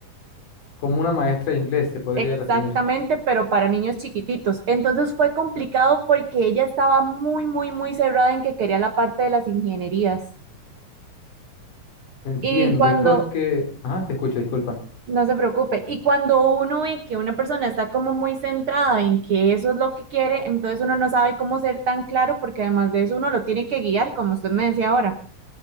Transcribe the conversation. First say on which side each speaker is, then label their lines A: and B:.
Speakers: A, on the left (about 70°); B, on the right (about 55°).
A: Como una maestra de inglés, se podría
B: Exactamente,
A: resumir.
B: pero para niños chiquititos. Entonces fue complicado porque ella estaba muy, muy, muy cerrada en que quería la parte de las ingenierías.
A: Entiendo,
B: Y cuando,
A: es porque, ajá, te escucho, disculpa.
B: No se preocupe. Y cuando uno ve que una persona está como muy centrada en que eso es lo que quiere, entonces uno no sabe cómo ser tan claro porque además de eso uno lo tiene que guiar, como usted me decía ahora.